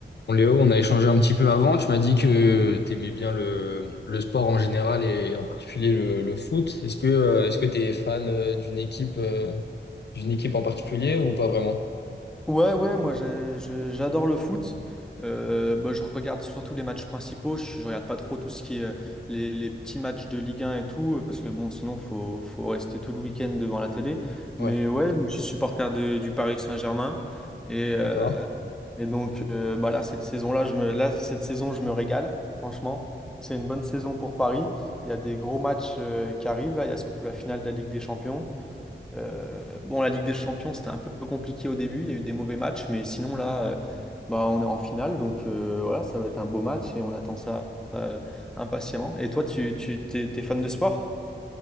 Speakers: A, on the left (about 60°); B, in the centre.
A: Bon, Léo, on a échangé un petit peu avant. Tu m'as dit que tu aimais bien le, le sport en général et en particulier le, le foot. Est-ce que euh, est-ce que tu es fan euh, d'une équipe euh, d'une équipe en particulier ou pas vraiment?
B: Ouais, ouais, moi j'ai- je- j'adore le foot. Euh, bah, je regarde surtout les matchs principaux. Je, je regarde pas trop tout ce qui est euh, les, les petits matchs de Ligue 1 et tout, euh, parce que bon, sinon faut, faut rester tout le week-end devant la télé. Mais
A: Ouais.
B: ouais, moi, je suis supporter de- du Paris Saint-Germain. Et, euh,
A: D'accord.
B: et donc euh, bah là, cette saison-là, je me, là, cette saison, je me régale, franchement. C'est une bonne saison pour Paris. Il y a des gros matchs euh, qui arrivent là. Il y a surtout la finale de la Ligue des Champions. Euh, bon, la Ligue des Champions, c'était un peu compliqué au début. Il y a eu des mauvais matchs, mais sinon, là, euh, bah, on est en finale. Donc, euh, voilà, ça va être un beau match et on attend ça euh, impatiemment. Et toi, tu, tu t'es, t'es fan de sport?